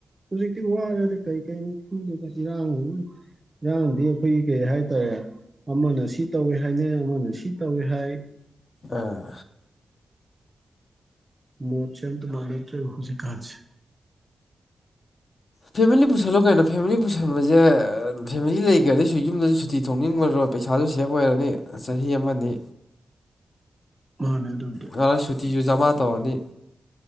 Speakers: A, on the right; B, on the left.
A: ꯍꯧꯖꯤꯛꯛꯇꯤ ꯋꯥꯔꯦꯗ ꯀꯩ ꯀꯩꯅꯣ ꯈꯪꯗꯦꯗ ꯏꯔꯥꯡꯖꯤꯅ ꯏꯔꯥꯡꯗꯤ ꯑꯩꯈꯣꯏꯒꯤ ꯀꯩ ꯍꯥꯏꯇꯥꯔꯦ ꯑꯃꯅ ꯁꯤ ꯇꯧꯋꯦ ꯍꯥꯏꯅꯩ ꯑꯃꯅ ꯁꯤ ꯇꯧꯋꯦ ꯍꯥꯏ
B: ꯑꯥ
A: ꯃꯣꯠꯁꯦ ꯑꯝꯇ ꯃꯥꯅꯗ꯭ꯔꯦ ꯍꯧꯖꯤꯛ ꯀꯥꯟꯁꯦ
B: ꯐꯦꯃꯤꯂꯤ ꯄꯨꯁꯜꯂꯣ ꯀꯩꯅꯣ ꯐꯦꯃꯤꯂꯤ ꯄꯨꯁꯟꯕꯖꯦ ꯐꯦꯃꯤꯂꯤ ꯂꯩꯒ꯭ꯔꯗꯤ ꯁꯤ ꯌꯨꯝꯗꯁꯨ ꯁꯨꯇꯤ ꯊꯣꯛꯅꯤꯡꯉꯔꯣꯏ ꯄꯩꯁꯥꯖꯨ ꯁꯦꯞ ꯑꯣꯏꯔꯅꯤ ꯆꯍꯤ ꯑꯃ ꯑꯅꯤ
A: ꯃꯥꯅꯦ ꯑꯗꯨꯕꯨꯗꯤ
B: ꯒ꯭ꯔ ꯁꯨꯇꯤꯖꯨ ꯖꯃꯥ ꯇꯧꯔꯅꯤ